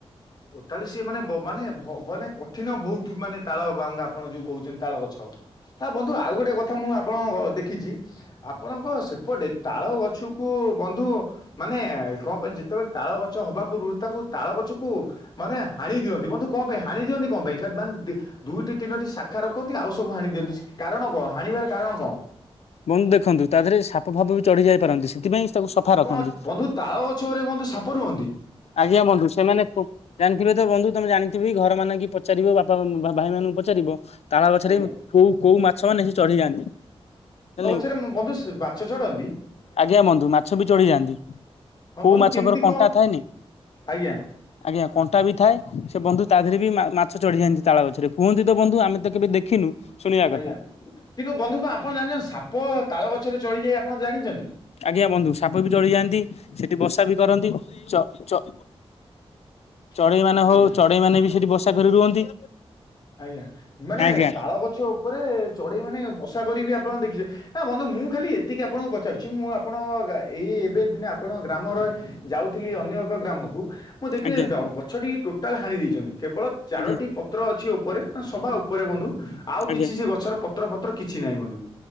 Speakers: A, on the left; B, on the left.
A: ଓ ତାହେଲେ ସିଏ ମାନେ ମାନେ ମାନେ କଠିନ ବହୁତ ମାନେ ତାଳ ବା ଆପଣ ଯୋଉ କହୁଛନ୍ତି। ତାଳ ଗଛ ତା ବନ୍ଧୁ ଆଉ ଗୋଟେ କଥା ମୁଁ ଆପଣଙ୍କ ଦେଖିଛି। ଆପଣଙ୍କ ସେପଟେ ତାଳ ଗଛକୁ ବନ୍ଧୁ ମାନେ କଣ କହିଲେ ଯେତେବେଳେ ତାଳ ଗଛ ହବା ପୂର୍ବରୁ ତାକୁ ତାଳ ଗଛକୁ। ମାନେ ହାଣି ଦିଅନ୍ତି ବନ୍ଧୁ କଣ ପାଇଁ ହାଣି ଦିଅନ୍ତି କଣ ପାଇଁ। ଦୁଇଟି ତିନୋଟି ଶାଖା ରଖନ୍ତି। ଆଉ ସବୁ ହାଣି ଦିଅନ୍ତି। କାରଣ କଣ ହାଣିବାର କାରଣ କଣ?
B: ବନ୍ଧୁ ଦେଖନ୍ତୁ ତା ଦେହରେ ସାପ ଫାପ ବି ଚଢି ଯାଇ ପାରନ୍ତି ସେଥିପାଇଁ ତାକୁ ସଫା ରଖନ୍ତି
A: କଣ ବନ୍ଧୁ ତାଳ ଗଛରେ ମଧ୍ୟ ସାପ ରୁହନ୍ତି?
B: ଆଜ୍ଞା ବନ୍ଧୁ ସେମାନେ ଖୁବ୍? ଜାଣିଥିବେ ତ ବନ୍ଧୁ ତମେ ଜାଣିଥିବେ? କି ଘର ମାନ କି ପଚାରିବ ବାପା ଭାଇ ମାନଙ୍କୁ ପଚାରିବ। ତାଳ ଗଛରେ
A: ଆଜ୍ଞା
B: କୋଉ କୋଉ ମାଛ ମାନେ ଚଢ଼େଇ ଯାଆନ୍ତି?
A: ତାଳ
B: ହେ
A: ଗଛରେ ବନ୍ଧୁ ବାଛ ଚଢନ୍ତି
B: ଆଜ୍ଞା ବନ୍ଧୁ ମାଛ ବି ଚଢିଯାଆନ୍ତି।
A: ହଁ
B: କୋଉ
A: ବନ୍ଧୁ
B: ମାଛ
A: କେମିତି
B: ପର
A: କଣ
B: କଣ୍ଟା ଥାଏନି।
A: ଆଜ୍ଞା
B: ଆଜ୍ଞା! କଣ୍ଟା ବି ଥାଏ ସେ ବନ୍ଧୁ ତା ଦେହରେ ବି ମାଛ ଚଢ଼ିଯାଆନ୍ତି ତାଳ ଗଛରେ। କୁହନ୍ତି ତ ବନ୍ଧୁ ଆମେ ତ କେବେ ଦେଖିନୁ। ଶୁଣିବା କଥା।
A: ଆଜ୍ଞା! କିନ୍ତୁ ବନ୍ଧୁ କଣ ଆପଣ ଜାଣିଛନ୍ତି ସାପ ତାଳ ଗଛରେ ଚଢିଯାଏ ଆପଣ ଜାଣିଛନ୍ତି।
B: ଆଜ୍ଞା ବନ୍ଧୁ ସାପବି ଚଢିଯାଆନ୍ତି ସେଠି ବସାବି କରନ୍ତି ଚ ଚ
A: <unintelligible>
B: ଚଢେଇ ମାନେ
A: ଆଜ୍ଞା
B: ହଉ ଚଢେଇ ମାନେବି ସେଠି ବସା କରି ରୁହନ୍ତି?
A: ଆଜ୍ଞା। ମାନେ
B: ଆଜ୍ଞା
A: ତାଳ ଗଛଉପରେ ଚଢେଇମାନେ ବସା କରିବି ଆପଣ ଦେଖିଛନ୍ତି? ନା ବନ୍ଧୁ ମୁଁ ଖାଲି ଏତିକି ଆପଣଙ୍କୁ ପଚାରୁଚି, ମୁଁ ଆପଣଙ୍କ ଏଇ ଏବେ ଦିନେ ଆପଣଙ୍କ ଗ୍ରାମରେ ଯାଉଥିଲି ଅନ୍ୟ ଏକ ଗ୍ରାମକୁ ମୁଁ ଦେଖିଲି
B: ଆଜ୍ଞା
A: ଗଛଟି ଟୋଟାଲ୍ ହାଣି ଦେଇଚନ୍ତି, କେବଳ ଚାରୋଟି
B: ଆଜ୍ଞା
A: ପତ୍ର ଅଛି ଓପ୍ ଉପରେ, ହଁ ସଭା ଉପରେ ବନ୍ଧୁ, ଆଉ
B: ଆଜ୍ଞା
A: କିଛି ସେ ଗଛର ପତ୍ର ଫତ୍ର କିଛି ନାହିଁ ବନ୍ଧୁ।